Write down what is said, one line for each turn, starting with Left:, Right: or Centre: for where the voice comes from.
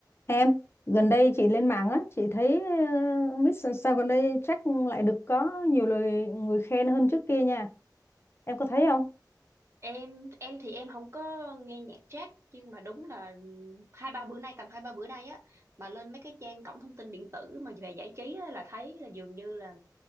Left: Em, gần đây chị lên mạng á, chị thấy uh, Miss sao gần đây chắc lại được có nhiều lời người khen hơn trước kia nha. Em có thấy không?
Right: em em thì em không có nghe nhạc jazz nhưng mà đúng là hai ba bữa nay tầm hai ba bữa nay á mà lên mấy cái trang cổng thông tin điện tử mà về giải trí á, là thấy là dường như là